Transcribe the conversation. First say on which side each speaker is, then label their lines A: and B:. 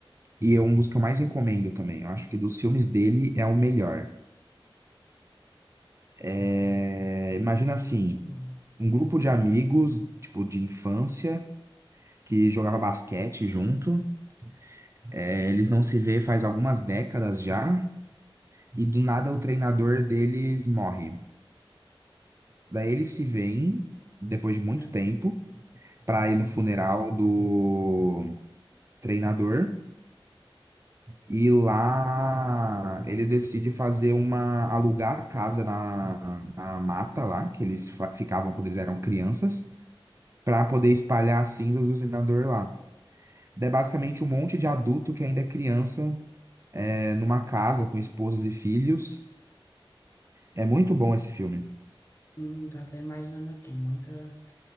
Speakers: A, on the right; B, on the left.
A: E é um dos que eu mais recomendo também. Eu acho que dos filmes dele é o melhor. É, imagina
B: Muito
A: assim,
B: bom.
A: um grupo de amigos, tipo, de infância, que jogava basquete junto. É, eles não se vê faz algumas décadas já. E do nada o treinador deles morre. Daí eles se veem depois de muito
B: Né?
A: tempo pra
B: Sim.
A: ir no funeral do treinador e lá eles decidem fazer uma alugar a casa na, na mata lá que eles fa- ficavam quando eles eram crianças pra poder espalhar as cinzas do treinador lá. Daí basicamente um monte de adulto que ainda é criança é, numa casa com esposas e filhos. É muito bom esse filme.
B: Hum, tô até imaginando aqui, muita,